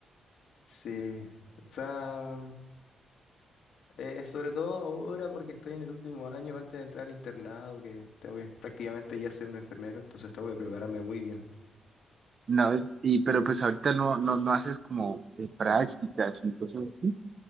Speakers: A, on the left; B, on the right.
A: Sí, o sea, eh, sobre todo ahora porque estoy en el último año antes de entrar al internado, que tengo que prácticamente ya ser un enfermero, entonces tengo que prepararme muy bien.
B: No, y, pero pues ahorita no, no, no haces como eh, prácticas y cosas así.